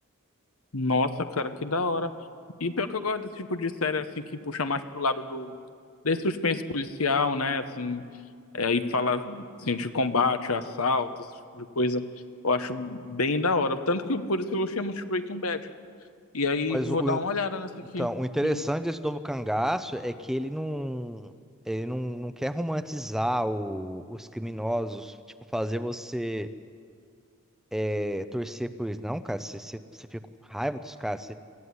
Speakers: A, on the left; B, in the centre.
A: nossa, cara, que da hora. E pior que eu gosto desse tipo de série, assim, que puxa mais pro lado do... Desse suspense policial, né? Assim, é, e fala, assim, de combate, assalto, esse tipo de coisa. Eu acho bem da hora. Tanto que por isso eu gostei muito de Breaking Bad. E aí
B: Mas
A: vou
B: o,
A: dar uma olhada nessa
B: então,
A: aqui.
B: o interessante
A: Hum,
B: desse Novo Cangaço é que ele não, ele não, não quer romantizar o- os criminosos, tipo, fazer você é, torcer por eles. Não, cara, você, você, você fica com raiva dos caras, você